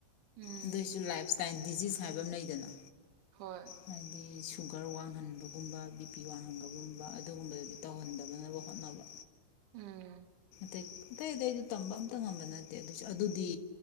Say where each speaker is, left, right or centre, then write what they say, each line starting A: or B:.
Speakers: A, on the right; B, on the left.
A: ꯎꯝ
B: ꯑꯗꯨꯏꯁꯨ ꯂꯥꯏꯞ ꯏꯁꯇꯥꯏꯜ ꯗꯤꯖꯤꯖ ꯍꯥꯏꯕ ꯑꯃ ꯂꯩꯗꯅ
A: ꯍꯣꯏ
B: ꯍꯥꯏꯗꯤ ꯁꯨ ꯁꯨꯒꯔ ꯋꯥꯡꯍꯟꯕꯒꯨꯝꯕ ꯕꯤ ꯄꯤ ꯋꯥꯡꯍꯟꯕꯒꯨꯝꯕ ꯑꯗꯨꯒꯨꯝꯕꯗꯗꯤ ꯇꯧꯍꯟꯗꯅꯕ ꯍꯣꯠꯅꯕ
A: ꯑꯨꯝ
B: ꯑꯇꯩ ꯑꯇꯩ ꯑꯇꯩꯗꯣ ꯇꯝꯕ ꯑꯝꯇ ꯉꯝꯕ ꯅꯠꯇꯦ ꯑꯗꯨꯁꯨ ꯑꯗꯨꯗꯤ